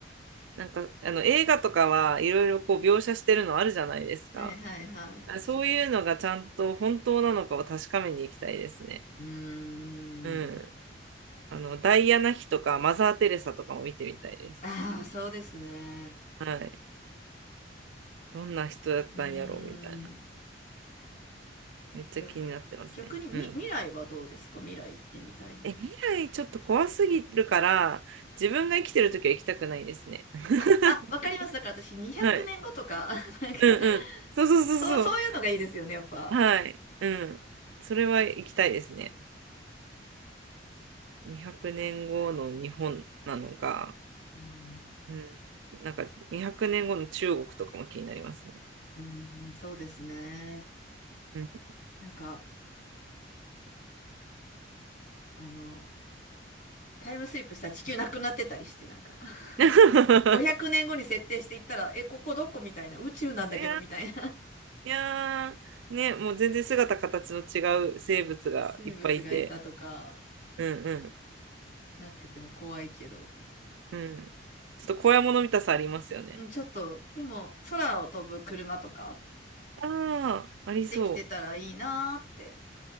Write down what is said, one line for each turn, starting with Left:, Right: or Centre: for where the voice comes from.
Right: なんか、あの、映画とかはいろいろこう描写してるのあるじゃないですか。
Left: はいはいはい。
Right: あそういうのがちゃんと本当なのかを確かめに行きたいですね。
Left: ちょ、うーん。
Right: うん。あの、ダイアナ妃とかマザー・テレサとかも見てみたいです。
Left: ああ、そうですね。
Right: はい。どんな人だったんやろうみたいな。
Left: うーん。
Right: めっちゃ気になってますね。
Left: 逆、逆にみ、
Right: うん。
Left: 未来はどうですか未来行ってみたいみたいな。
Right: え、未来ちょっと怖すぎるから、自分が生きてるときは行きたくないですね。<laughs>
Left: あ、あ、わかります。だから私200年後とか、
Right: はい。
Left: <laughs> なんか、
Right: うんうん。そうそうそうそう。
Left: そう、そういうのがいいですよね、やっぱ。
Right: はい。うん。それは行きたいですね。200年後の日本なのか、
Left: うん。
Right: うん。なんか200年後の中国とかも気になりますね。
Left: うん、そうですね。
Right: うん。<laughs>
Left: なんか、あの、タイムスリップしたら地球なくなってたりして、なんか <laughs>
Right: い
Left: 500年後に設定していったら、え、ここどこみたいな、宇宙なんだけどみたいな
Right: やーいやー、ね、もう全然姿形の違う生物がいっぱいいて、
Left: <laughs> 生物がいたとか、
Right: うんうん、
Left: なってても怖いけど。
Right: うん。ちょっと怖いもの見たさありますよね。
Left: うん、ちょっと、でも、空を飛ぶ車とか、
Right: ああ、ありそう。
Left: できてたらいいなーって。